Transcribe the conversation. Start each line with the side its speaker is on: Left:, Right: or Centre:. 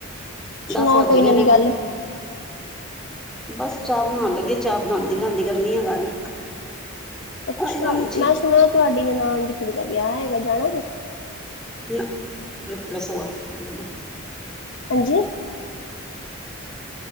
Centre: ਦਸ-ਵੱਜ
Left: ਸੁਣਾਓ ਕੋਈ
Centre: ਗਏ
Left: ਨਵੀਂ
Centre: ਨੇ,
Left: ਗੱਲ
Centre: ਬਸ ਚਾਹ ਬਣਾਣ ਲੱਗੀ ਚਾਹ ਬਣਾਂਦੀ-ਬਣਾਂਦੀ ਕਰਨੀ ਆ ਗੱਲ,
Left: ਅੱਛਾ
Centre: ਆਏ ਰਾਮ ਜੀ।
Left: ਮੈਂ ਸੁਣਿਆ ਤੁਹਾਡੀ ਨਣਾਨ ਦੀ ਕੁੜੀ ਦਾ ਵਿਆਹ ਹੈਗਾ, ਜਾਣਾ ਫਿਰ?
Centre: ਨਾ, ਇਹ ਕਿਹੜਾ ਸਵਾਲ? ਪੁੱਛਣਾ
Left: ਹਾਂਜੀ?